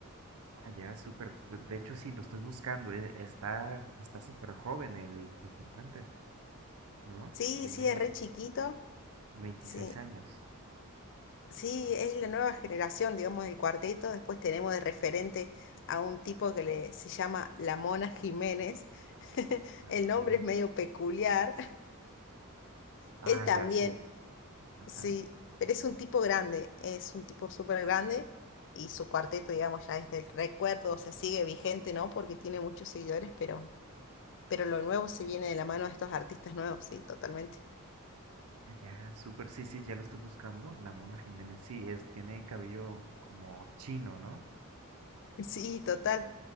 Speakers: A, on the right; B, on the left.
A: Ah, ya, súper. De de hecho, sí, lo estoy buscando. e- Está, está súper joven el, el cantante, ¿no?
B: Sí,
A: Tiene
B: sí, es re chiquito.
A: veintiséis
B: Sí,
A: años.
B: sí, es la nueva generación, digamos, del cuarteto. Después tenemos de referente a un tipo que le, se llama La Mona Jiménez. <laughs>
A: La
B: El
A: Mona.
B: nombre es medio peculiar. <laughs>
A: Ah,
B: Él también,
A: ya, sí. Ajá.
B: sí, pero es un tipo grande, es un tipo súper grande y su cuarteto, digamos, ya es del recuerdo, se sigue vigente, ¿no? Porque tiene muchos seguidores, pero pero lo nuevo se viene de la mano de estos artistas nuevos, sí, totalmente. <laughs>
A: Ah, ya, súper. Sí, sí, ya lo estoy buscando. La Mona Jiménez. Sí, es, tiene cabello como chino, ¿no?
B: Sí, total.